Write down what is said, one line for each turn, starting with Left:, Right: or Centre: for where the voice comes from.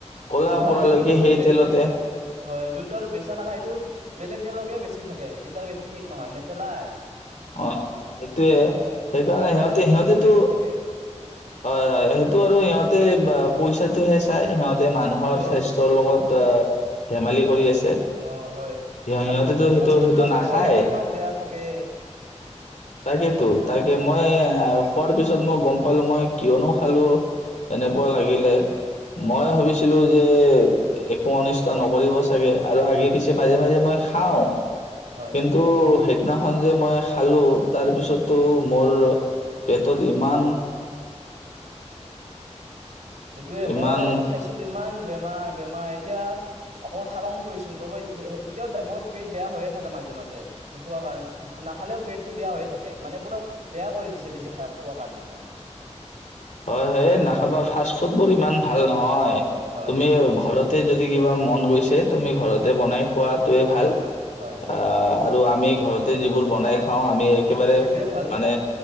Left: ক'লা
Right: উ
Left: পৰালৈকে
Right: আৰু যোনটো বস্তু
Left: সেই তেলতে
Right: হয় যোনটো আৰু বেচা নাখায় সটো বেলেগ এ লগগে বেছি থাকে যেতিয়ৈক এইটো শেষ নহয় নেপেলাই
Left: অ সেইটোয়ে সেইকাৰণে
Right: ফ্ৰিজত
Left: সিহতে
Right: থৈ
Left: সিহতেতটো
Right: থৈ বেচি থাকে
Left: হয় হয় সেইটো আৰু সিহঁতে বা পইচাটোহে চাই সিহঁত যাতে মানুহৰ
Right: সেইটোয়ে
Left: স্বাস্থ্যৰ লগত ধেমালি কৰি আছে
Right: অ হয়
Left: সিহ- সিহঁতেতো
Right: আৰু
Left: সেইটো
Right: বস্তু
Left: সেইটো
Right: বিলাকৰ
Left: নাখায়
Right: কোৱালিটি ইমান বেয়া থাকে
Left: তাকেতো তাকে মই খোৱাৰ পিছত মই গম পালো মই কিয়নো খালো
Right: সেইটোয়ে
Left: এনেকুৱা লাগিলে
Right: হয়
Left: মই
Right: হয়
Left: ভাবিছিলো যে একো অনিষ্ট নকৰিব চাগে আৰু আগে পিছে মাজে মাজে মই খাও
Right: হয়
Left: কিন্তু
Right: হয়
Left: সেইদিনা ম খ তাৰপিছ ম
Right: সেইটোৱে
Left: ইমান
Right: মইো আগতে খাইছিলো ইমান বেমাৰ বেমাৰ এতিয়া অকমান খাব কাম কৰিছো তো মই এতিয়াও মোৰ পেট বেয়া হৈয়ে থাকে মাজে মাজে নোখোৱা কাৰণে নাখালেও পেটটো বেয়া হৈয়ে থাকে মানে পুৰা বেয়া কৰি দিছে বেছি খাই খোৱা কাৰণে মোৰ
Left: হয় হয় নাখাবা ফাষ্ট ফুড বোৰ ইমান ভাল ভাল নহয়
Right: হয় হয়
Left: তুমি ঘৰত ততে যদি কিবা মন গৈছে তুমি ঘৰতে
Right: হয়
Left: বনাই খোৱাত টোৱে ভাল।
Right: হয় হয়
Left: অ', আৰু আমি ঘৰতে যিবোৰ বনাই খাওঁ আমি একেবাৰে
Right: সেইটোয়ে ভাল
Left: মানে